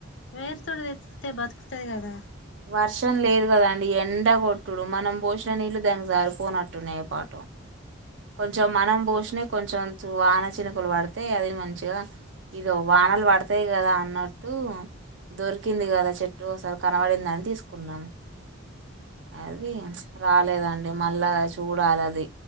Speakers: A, on the left; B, on the right.
A: వేరు తో తెతే బతుకుతది కదా
B: వర్షం లేదు కదండి ఎండ కొొట్టుడు మనం పోసిన నీళ్లుు దానికి సారిపోనట్టున్నాయి ఏ పాటో కొంచెం మనం పోషిన కొంచెం వాన చినుకలు పడితే అది మంచిగా ఇగా వానాలు పడతాయి కదా అన్నట్టు దొరికింది కదా చెట్టు ఒసలు కనబడిందని తీసుకున్నారు అది రాలేదండి మళ్ళా చూడాలి అది